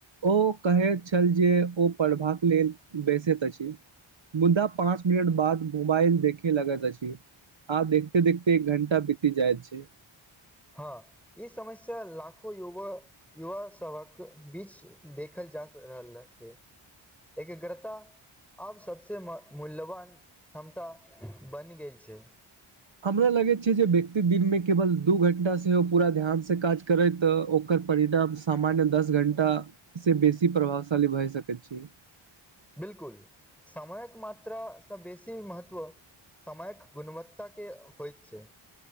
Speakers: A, on the right; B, in the centre.
A: ओ कहैत छल जे ओ पढ़बाक लेल बैसैत अछि मुद्दा पाँच मिनट बाद मोबाइल देखे लगैत अछि आ देखते देखते एक घंटा बीती जाइत छै
B: हँ ई समस्या लाखो युवा युवा सभक बीच देखल जा स रहल छै एकग्रता आब सबसँ मूल्यवान क्षमता बनि गेल छै
A: हमरा लगैत छै जे व्यक्ति दिनमे केवल दू घण्टाासँ ओ पूरा ध्यानसँ काज करैत ओ ओकर परिणाम सामान्य दस घंटा से बेसी प्रभावशाली भए सकैत छै
B: बिलकुल समयक मात्रा स बेसी महत्व समयक गुणवत्ताके होइत छै